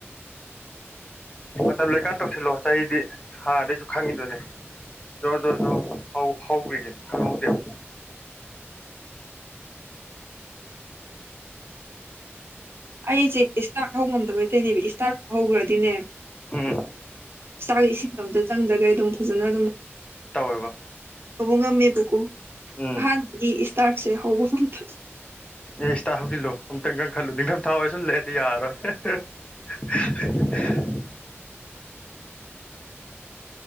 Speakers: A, on the left (about 25°); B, on the right (about 55°).
A: ꯇ ꯂꯩꯀꯥꯟ ꯇꯧꯁꯤꯜꯂꯛꯑꯣ ꯆꯍꯤꯗꯤ ꯍꯥꯟꯅꯗꯩꯁꯨ ꯈꯪꯉꯤꯗꯨꯣꯏꯅꯦ ꯖꯣꯔ ꯖꯣꯔꯣ ꯖꯣꯔ ꯍꯧ ꯍꯒꯗꯦꯕ
B: ꯑꯩꯁꯦ ꯏꯁꯇꯥꯔꯠ ꯍꯧꯉꯝꯗꯕꯩꯇꯩꯅꯦꯕ ꯏꯁꯇꯥꯔꯠ ꯍꯧꯈ꯭ꯔꯗꯤꯅꯦ
A: ꯎꯝ
B: ꯆꯥꯛꯗ ꯏꯁꯤꯡꯗꯣ ꯑꯝꯇ ꯆꯪꯗꯒ ꯑꯗꯨꯝ ꯐꯖꯅ ꯑꯗꯨꯝ
A: ꯇꯧꯋꯦꯕ
B: ꯍꯧꯕ ꯉꯝꯃꯦꯕꯀꯣ
A: ꯎꯝ
B: ꯑꯍꯥꯟꯕꯒꯤ ꯏꯁꯇꯥꯔꯠꯁꯦ ꯍꯧꯕ ꯉꯇ
A: ꯑꯦ ꯏꯁꯇꯥ ꯍꯧꯞꯖꯤꯜꯂꯨ ꯑꯨꯛꯇꯪꯒ ꯈꯜꯂꯨ ꯅꯤꯡꯊꯝ ꯊꯥ ꯑꯣꯏꯦ ꯁꯨꯝ ꯂꯩꯗꯤ ꯌꯥꯔꯣꯏ <inaudible>